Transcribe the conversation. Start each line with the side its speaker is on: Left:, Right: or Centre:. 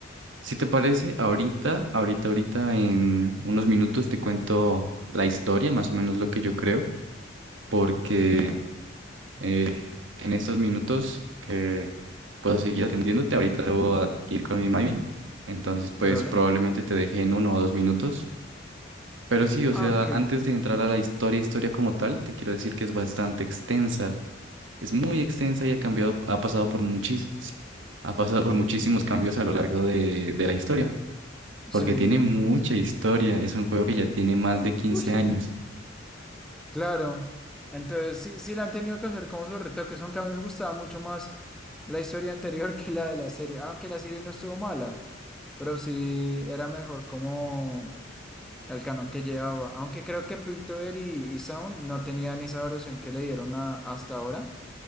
Right: Si te parece, ahorita, ahorita, ahorita en unos minutos te cuento la historia, más o menos lo que yo creo, porque eh, en estos minutos que puedo seguir atendiéndote, ahorita debo a- ir con mi mami, entonces pues
Centre: Dale.
Right: probablemente te deje en uno o dos minutos. Pero sí, o
Centre: Ah,
Right: sea,
Centre: ok.
Right: antes de entrar a la historia, historia como tal, te quiero decir que es bastante extensa, es muy extensa y ha cambiado, ha pasado por muchis- ha pasado por muchísimos cambios a lo largo de de la historia porque
Centre: Sí.
Right: tiene mucha historia. Es un juego que ya tiene más
Centre: Uy,
Right: de quince
Centre: uy.
Right: años.
Centre: Claro. Entonces, sí, sí le han tenido que hacer como sus retoques, aunque a mí me gustaba mucho más la historia anterior <laughs> que la de la serie. Aunque la serie no estuvo mala, pero sí era mejor como. al canon que llevaba. Aunque creo que Piltover y, y Sound no tenían esa evolución que le dieron a- hasta ahora.